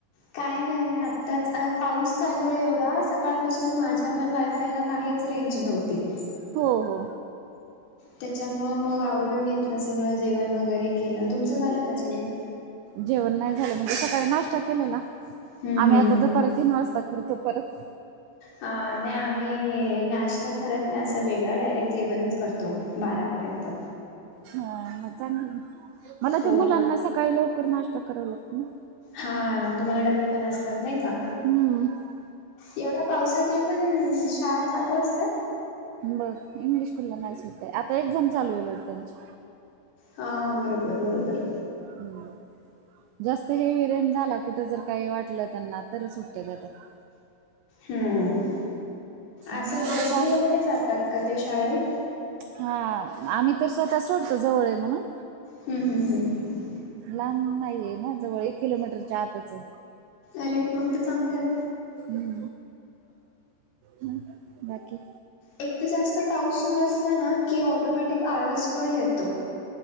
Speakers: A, on the left; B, on the right.
A: काय नाहीय, आत्ताच पाऊस चालू हाय एवढा सकाळपासून माझ्या पण वायफायला काहेच रेंज नव्हते
B: हो हो
A: त्याच्यामुळं मग आवरून घेतलं सगळं जेवण वगैरे केलं, तुमचं झालं का जेवण?
B: जेवण नाही झालं म्हणजे सकाळी नाश्ता केलेला,
A: हम्म
B: आम्ही
A: हम्म
B: आता
A: हम्म
B: दुपारीच तीन वाजता करतो परत
A: अ नाही आम्ही नाश्ता करत नाही असा वेगळा, डायरेक्ट जेवणच करतो बारापर्यंत.
B: ह मग चागलं ना, मला
A: हो
B: ते मुलांना सकाळी लवकर नाश्ता कराव लागतो ना
A: हा तुम्हाला डबे पण असतात नाही का,
B: हम्म
A: एवढ्यात पाऊसाचे पण शाळा चालू असते?
B: बर इंग्लिश स्कूलला नाही सुट्या, आता एक्झाम चालू होईल त्यांची
A: हां बरोबर, बरोबर
B: हम् जास्त हेवी रेन झाला, कुठे जर काही वाटलं त्यांना तर सुट्ट्या देत्यात
A: हम्म, असं
B: आणि आता
A: बसनी
B: चाल
A: वगैरे जातात का ते शाळेत?
B: हा, आम्ही तर स्वतः ता सोडतो जवळ हेय म्हणून
A: हम् हम्मं
B: लांब नाहीये ना जवळ, एक किलोमीटरच्या आतच हेय
A: अरे मग तर चांगलय
B: हम् हम बाकी
A: एक तर जास्त पाऊस सुरू असला ना, की ऑटोमॅटिक आळस पण येतो.